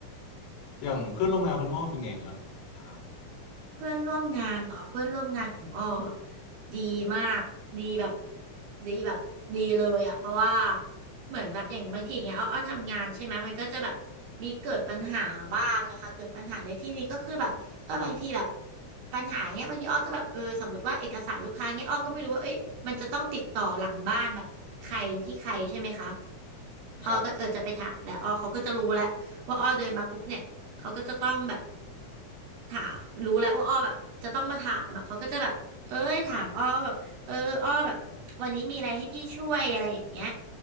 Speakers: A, on the left; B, on the right.
A: อย่างเพื่อนร่วมงานคุณอ้อเป็นไงครับถาม
B: เพื่อนร่วมงานเหรอเพื่อนร่วมงานของอ้ออะดีมากดีแบบดีแบบดีเลยอ่ะเพราะว่าเหมือนแบบอย่างบางทีเนี้ยอ้ออ้อทำงานใช่ไหมมันก็จะแบบมีเกิดปัญหาบ้างอะค่ะเกิดปัญหาในที่นี้ก็คือแบบเออบางทีแบบปัญหาเนี้ยบางทีอ้อก็แบบเออสมมติว่าเอกสารลูกค้าเนี้ยอ้อก็ไม่รู้ว่าเอ้ยมันจะต้องติดต่อหลังบ้านแบบใครที่ใครใช่ไหมคะอ้อก็เออจะไปถามแหล้วอ้อเขาก็จะรู้แล้วว่าอ้อเดินมาปุ๊บเนี่ยเขาก็จะต้องแบบ
A: ครับ
B: ถามรู้แล้วว่าอ้อแบบจะต้องมาถามอ่ะเขาก็จะแบบเอ้ยถามอ้อแบบเอออ้อแบบวันนี้มีอะไรให้พี่ช่วยอะไรอย่างเงี้ย